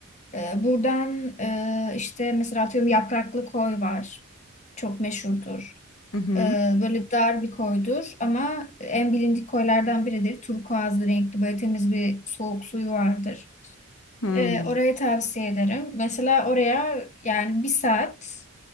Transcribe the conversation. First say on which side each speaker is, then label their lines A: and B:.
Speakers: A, on the left (about 30°); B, on the left (about 70°).
A: E, buradan e, işte mesela atıyorum Yapraklı Koy var. Çok meşhurdur.
B: Hı hı.
A: E, böyle dar bir koydur ama en bilindik koylardan biridir. Turkuazlı renkli böyle temiz bir soğuk suyu vardır.
B: Hmm.
A: Ee, orayı tavsiye ederim. Mesela oraya yani bir saat